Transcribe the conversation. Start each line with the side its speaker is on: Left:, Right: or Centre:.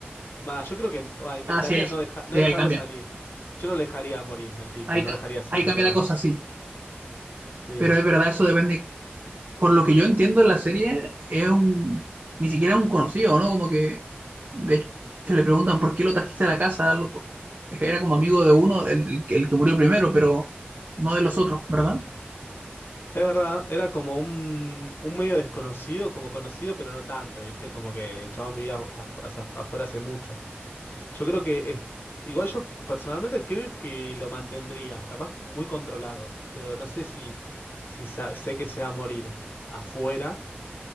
Left: va, yo creo que va, intentaría
Right: Ah, sí, ahí,
Left: no deja-
Right: sí,
Left: no dejarlo
Right: ahí cambia.
Left: salir. Yo no le dejaría morir al tipo,
Right: Ahí,
Left: no
Right: ca-
Left: dejaría salir
Right: ahí cambia
Left: más.
Right: la cosa, sí.
Left: Sí.
Right: Pero es verdad, eso depende por lo que yo entiendo en la serie, es un, ni siquiera es un conocido, ¿no? Como que, de hecho, le preguntan por qué lo trajiste a la casa al otro. Es que Era como amigo de uno, el, el que el que murió primero, pero no de los otros, ¿verdad?
Left: Es verdad, era como un, un medio desconocido, como conocido, pero no tanto, ¿viste? Como que el chabón vivía af- af- afuera hace mucho. Yo creo que es- igual yo personalmente creo que lo mantendría, capaz muy controlado, pero no sé si, si sa- sé que se va a morir afuera,